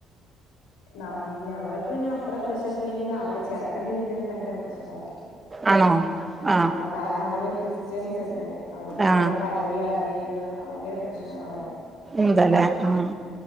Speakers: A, on the left (about 65°); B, on the right (about 20°).
A: നം ഞങ്ങൾക്ക് പിന്നെ അത്ര പ്രഷർ ഇല്ലെങ്കിലും അവര് ചെറ്ക്കന്റെ വീട്ടിന്ന് ഭയങ്കര പ്രഷ ഷറായിരിക്കും
B: ആണോ ആഹ്
A: കാരണം അവര് ക്രിസ്ത്യൻസ് അല്ലേ അവര് ഭയങ്കര
B: ആഹ്
A: പള്ളി അത് ഇത് ഭയങ്കര പ്രശ്നങ്ങളായിരുന്നു
B: എന്താല്ലേ ആഹ്